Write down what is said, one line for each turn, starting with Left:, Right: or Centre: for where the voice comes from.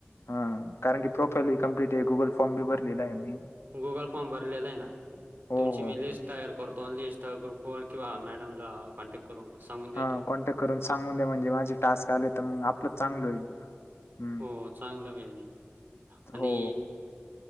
Left: हा कारण की प्रोफाईल बी कम्प्लीट आहे. गुगल फॉर्म भी भरलेला आहे मी,
Right: गुगल फॉर्म भरलेला आहे ना
Left: हो
Right: तुमची
Left: हो
Right: मी लिस्ट
Left: हो.
Right: तयार करतो आणि लिस्ट. ग्रुपवर किंवा मॅडम कॉन्टॅक्ट. करून सांगून देतो.
Left: हा कॉन्टॅक्ट करून सांगून दे म्हणजे माझे टास्क आले, तर मग आपलं चांगलं होईल. हं.
Right: हो, चांगलं होईल आणि
Left: हो.